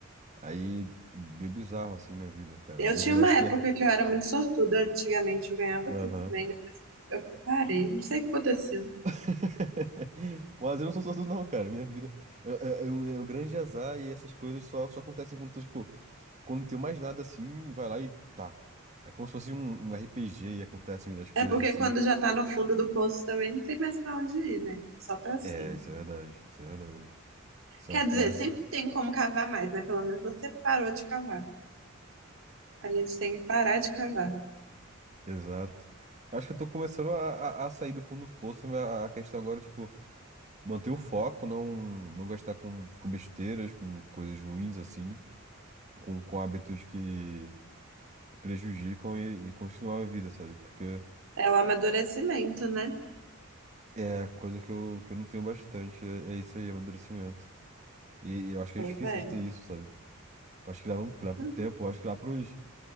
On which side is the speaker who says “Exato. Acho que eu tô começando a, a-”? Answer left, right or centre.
Right